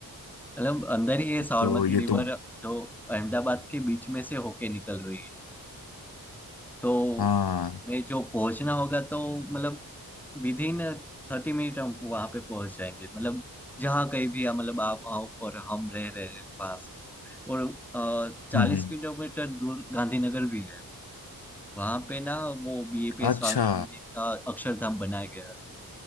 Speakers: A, in the centre; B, on the left.
A: मतलब अंदर ही ये साबरमती
B: तो ये
A: रिवर
B: तो
A: जो अहमदाबाद के बीच में से होके निकल रही है तो
B: हाँ
A: मैं जो पहुंचना होगा तो मतलब विद इन थर्टी मिनट हम वहां पे पहुंच जाएंगे मतलब जहाँ कहीं भी है, मतलब आप आओ और हम रह रहे हैं वहां से और चालीस
B: हम्म हम्म,
A: किलोमीटर दूर गांधीनगर भी है वहां पे ना वो बीएपी
B: अच्छा
A: स्वामीनारायण मंदिर का अक्षरधाम बनाया गया है